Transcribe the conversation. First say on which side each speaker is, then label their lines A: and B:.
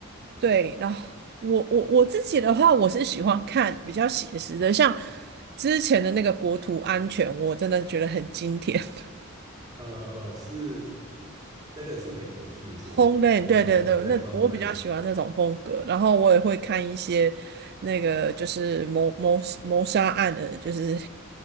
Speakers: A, on the right (about 50°); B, on the right (about 20°).
A: 对，然后我我我自己的话，我是喜欢看比较写实的，像之前的那个国土安全，我真的觉得很经典。<laughs>
B: 呃呃，是那个是美国剧是不是？
A: Homeland，
B: 国土安全对
A: 对对对，那我比较喜欢那种风格。
B: Homeland，
A: 然后我也会看一些那个就是谋谋谋杀案的，就是